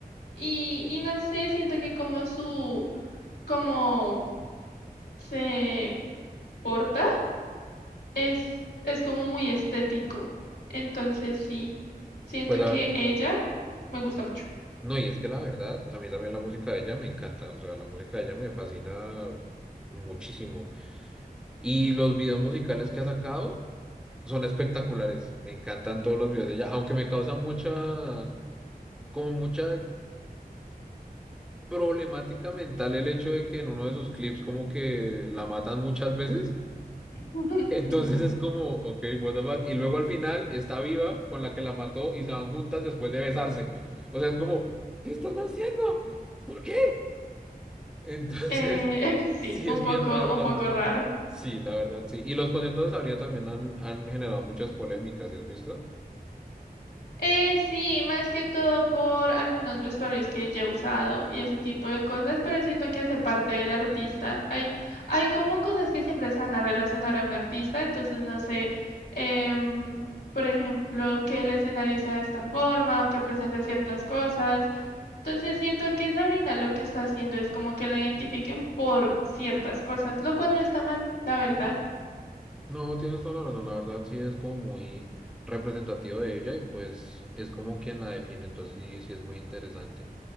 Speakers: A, on the left; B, in the centre.
A: y, y no sé, siento que como su, como se porta es, es como muy estético. Entonces sí, siento
B: Pues la-
A: que ella me gusta mucho.
B: no, y es que la verdad, a mí también la música de ella me encanta. O sea, la música de ella me fascina muchísimo. Y los videos musicales que ha sacado son espectaculares. Me encantan todos los videos de ella, aunque me causa mucha, como mucha problemática mental el hecho de que en uno de sus clips como que la matan muchas veces.
A: <laughs>
B: Entonces es como, ok, what the fuck. Y luego al final está viva con la que la mató y se van juntas después de besarse. O sea, es como, ¿qué están haciendo? ¿Por qué? Entonces,
A: Eh, <laughs> sí,
B: sí
A: un
B: es bien
A: poco,
B: raro
A: un
B: el asunto.
A: poco raro.
B: Sí, la verdad, sí. Y los conciertos de Sabrina también han, han generado muchas polémicas, ¿sí has visto?
A: Eh, sí, más que todo por algunos vestuarios que ya he usado y ese tipo de cosas, pero siento que hace parte del artista. Hay, hay como cosas que siempre se van a relacionar a un artista, entonces no sé, em, por ejemplo, que el escenario sea de esta forma o que presente ciertas cosas. Entonces siento que Sabrina lo que está haciendo es como que la identifiquen por ciertas cosas, lo cual no está mal, la verdad.
B: No, tienes toda la razón. La verdad, sí es como muy representativo de ella y pues es como quien la define. Entonces, sí, sí es muy interesante.